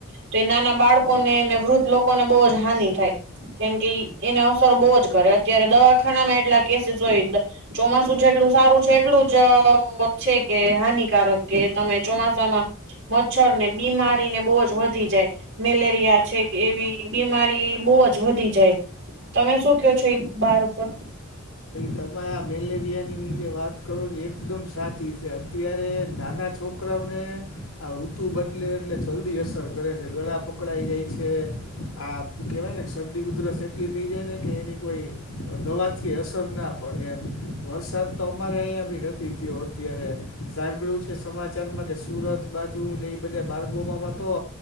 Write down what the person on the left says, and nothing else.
તમે આ મેલેરિયાની જે વાત કરો એકદમ સાચી છે અત્યારે નાના છોકરાઓને આ ઋતુ બદલે એટલે જલ્દી અસર કરે છે ગળા પકડાઈ જાય છે. આ કહેવાય ને કે શરદી ઉધરસ એટલી થઈ જાય ને કે એની કોઈ દવાથી અસર ના. પણ એમ વરસાદ તો અમારે અહિયાં ભી નથી થયો અત્યારે સાંભળ્યું છે. સમાચારમાં કે સુરત બાજુને એ બધા બાર્કોમાંમાં તો